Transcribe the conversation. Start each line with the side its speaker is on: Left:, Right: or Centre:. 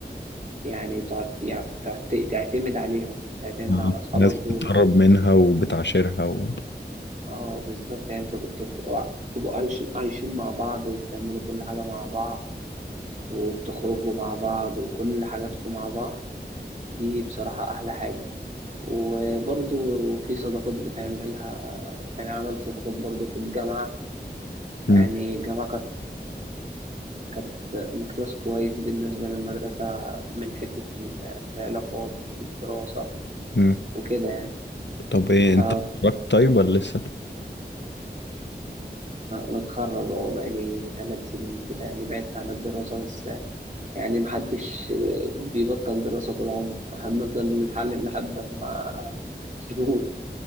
Right: يعني تقعد يعني تقعد تعتمد عليهم تعتمد
Left: آه.
Right: على أصحابك
Left: ناس
Right: دول
Left: بتقرب منها وبتعاشرها و...
Right: أه بالظبط يعني تب- تبقوا تبقوا عايشين عايشين مع بعض وبتعملوا كل حاجة مع بعض وبتخرجوا مع بعض وكل حاجاتكم مع بعض دي بصراحة أحلى حاجة وبرضو في صداقات بتعملها يعني عملت صداقات برضو في الجامعة
Left: مم.
Right: يعني الجامعة كانت كانت مقياس كويس بالنسبة للمدرسة من حتة ال- العلاقات والدراسة
Left: مم.
Right: وكده يعني
Left: طب ايه انت
Right: فأنا
Left: اتخرجت طيب ولا لسه
Right: متخرج أهو بقالي ثلاث سنين كده يعني بعدت عن الدراسة بس يعني محدش بيبطل دراسة طول عمره احنا بنفضل نتعلم لحد ما نقول